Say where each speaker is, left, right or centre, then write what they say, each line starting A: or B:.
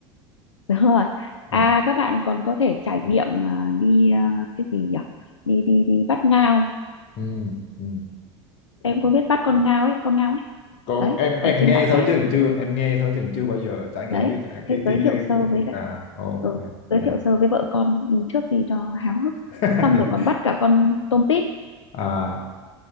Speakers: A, on the left; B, on the left.
A: <laughs> rồi à
B: à,
A: các bạn còn có thể trải nghiệm mà đi ờ, cái gì nhỉ đi đi đi bắt ngao
B: ừ, ừ.
A: em có biết bắt con ngao ấy con ngao ấy
B: còn
A: đấy
B: em
A: ở
B: em
A: trên
B: nghe
A: bãi
B: thôi
A: cát
B: chứ chưa em nghe thôi chứ chưa bao giờ trải nghiệm
A: đấy
B: cái cả
A: thế
B: cái
A: giới
B: cái
A: thiệu sơ với lại
B: à ok
A: ừ, giới
B: à,
A: thiệu sơ với vợ con trước đi cho háo hức
B: <laughs>
A: xong rồi còn bắt cả con tôm tít
B: à